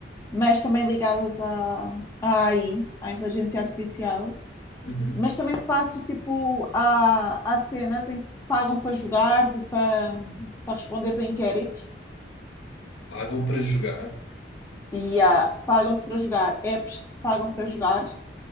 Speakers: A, on the left (about 15°); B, on the left (about 80°).
A: mas também ligadas à, à AI, à inteligência artificial.
B: Uhum.
A: Mas também faço tipo, há, há cenas em que pagam para jogar e para, para responderes a inquéritos
B: Pagam para jogar,
A: e há- pagam-te para jogar apps que te pagam para jogar